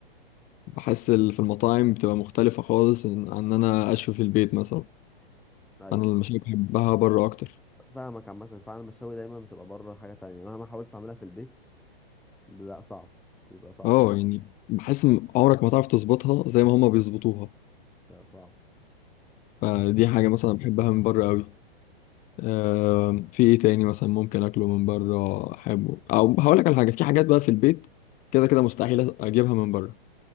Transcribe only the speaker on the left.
بحس ال- في المطاعم بتبقى مختلفة خالص عن عن انا اشوي في البيت مثلا
انا المشاوي بحبها بره اكتر
اه يعني بحس إن عمرك ما تعرف تظبطها زي ما هما بيظبطوها
فدي حاجة مثلا بحبها من بره قوي آه في ايه تاني مثلا ممكن اكله من بره احبه او هقول لك على حاجة في حاجات بقى في البيت كده كده مستحيل اجيبها من بره